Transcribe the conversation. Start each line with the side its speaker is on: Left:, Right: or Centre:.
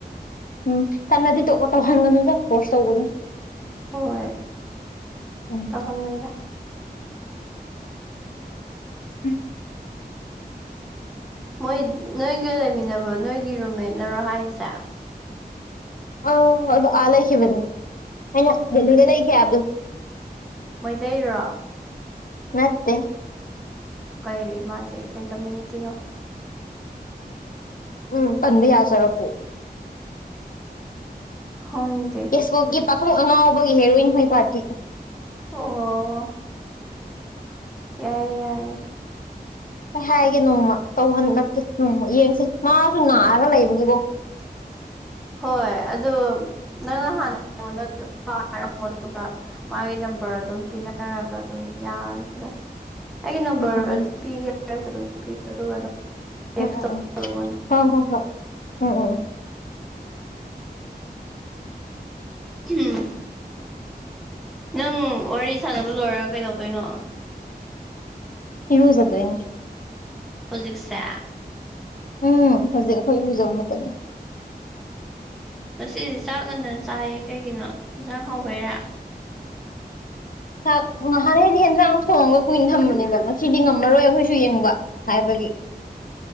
Left: ꯎꯝ ꯇꯜꯂꯗꯤ ꯇ‌ꯣꯑꯣ ꯇꯧꯍꯟꯒꯅꯨꯗ ꯐ‌ꯣꯔꯁ ꯇꯧꯒꯅꯨ
Centre: ꯍꯣꯏ
Left: ꯎꯝ
Centre: ꯇꯧꯍꯜꯂꯣꯏꯗꯥ
Left: ꯎꯝ
Centre: ꯃꯣꯏ ꯅꯣꯏꯒ ꯂꯩꯃꯤꯟꯅꯕ ꯅꯣꯏꯒꯤ ꯔꯨꯝꯃꯦꯠꯅꯔꯣ ꯍꯥꯏꯖꯦ
Left: ꯑꯧ ꯑꯗꯣ ꯑ ꯂꯩꯒꯤꯕꯒꯤꯅꯤ ꯑꯩꯅ ꯗꯦꯂꯤꯗ ꯂꯩꯈꯤ ꯍꯥꯏꯕꯗꯣ
Centre: ꯃꯩꯇꯩꯔꯣ
Left: ꯅꯠꯇꯦ
Centre: ꯀꯩ ꯃꯥꯗꯤ ꯀꯩ ꯀꯝꯃ꯭ꯌꯨꯅꯤꯇꯤꯅꯣ
Left: ꯎꯝ ꯄꯟꯕ ꯌꯥꯖꯔꯛꯄꯣ
Centre: ꯈꯪꯗꯦ
Left: ꯀꯦꯁꯣꯒꯤ ꯄꯥꯈꯪ ꯑꯉꯥꯎꯕꯒꯤ ꯍꯦꯔꯣꯏꯟ ꯍꯣꯏ ꯄꯥꯔꯇꯤ
Centre: ꯑꯣ ꯌꯥꯏ ꯌꯥꯏ
Left: ꯑꯩ ꯍꯥꯏꯒꯦ ꯅꯣꯡꯃ ꯇꯧꯍꯟ ꯅꯠꯇꯦ ꯎꯝ ꯌꯦꯡꯁꯦ ꯃꯥꯁꯨ ꯅꯥꯔꯒ ꯂꯩꯕꯒꯤꯀꯣ
Centre: <unintelligible> ꯍꯣꯏ ꯑꯗꯣ ꯅꯪꯅ ꯍꯥꯟꯅ ꯑꯩꯉꯣꯟꯗ <inaudible> ꯑꯗꯨꯒ ꯃꯥꯒꯤ ꯅꯝꯕꯔ ꯑꯗꯨꯝ ꯄꯤꯅꯔꯒ ꯑꯗꯨꯝ ꯌꯥꯅꯤꯗ ꯑꯩꯒꯤ ꯅꯝꯕꯔ
Left: ꯎꯝ ꯎꯝ
Centre: ꯑꯗꯨꯝ ꯄꯤꯒꯦ ꯍꯥꯏꯔꯁꯨ ꯑꯗꯨꯝ ꯄꯤꯌꯣ ꯑꯗꯨꯒ ꯑꯗꯨꯝ ꯇꯦꯛꯁ
Left: ꯎꯝ ꯎꯝ
Centre: ꯇꯧꯔꯛꯑꯣ ꯑꯩꯉꯣꯟꯗ
Left: ꯍꯣꯏ ꯍꯣꯏ ꯍꯣꯏ ꯎꯝ ꯎꯝ
Centre: ꯎꯝ ꯅꯪ ꯋꯥꯔꯤ ꯁꯥꯟꯅꯕ ꯂꯣꯏꯔꯒ ꯀꯩꯗꯧꯗꯣꯏꯅꯣ
Left: ꯏꯔꯨꯖꯗꯣꯏꯅꯤ
Centre: ꯍꯧꯖꯤꯛꯁꯦ
Left: ꯎꯝ ꯍꯧꯖꯤꯛ ꯑꯈꯣꯏ ꯏꯔꯨꯖꯕ ꯃꯇꯝꯅꯤ
Centre: ꯉꯁꯤꯗꯤ ꯆꯥꯛ ꯉꯟꯅ ꯆꯥꯏꯌꯦ ꯀꯩꯒꯤꯅꯣ ꯏꯟꯁꯥꯡ ꯍꯥꯎꯕꯩꯔꯥ
Left: ꯆꯥꯛ ꯅꯍꯥꯟꯒꯩꯗꯤ ꯍꯦꯟꯖꯥꯡ ꯊꫭꯡꯉꯒ ꯀꯨꯏꯅ ꯊꯝꯕꯅꯦꯕ ꯁꯤꯗꯤ ꯉꯝꯃꯔꯣꯏ ꯑꯩꯈꯣꯏꯁꯨ ꯌꯦꯡꯕ ꯍꯥꯏꯕꯒꯤ